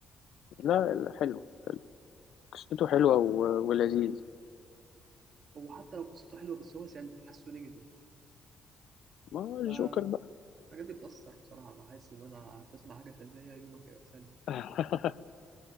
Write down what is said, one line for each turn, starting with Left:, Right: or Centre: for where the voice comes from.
Left: لا لا، حلو قصته حلوة و... ولذيذ
Right: هو حتى لو قصته حلوه بس هو سلبي حاسه نيجاتيف
Left: ما هو الجوكر
Right: ف
Left: بقى
Right: الحاجات دي بتأثر بصراحة بحس إن أنا هتسمع حاجة سلبية يومك هيبقى سلبي
Left: <laughs>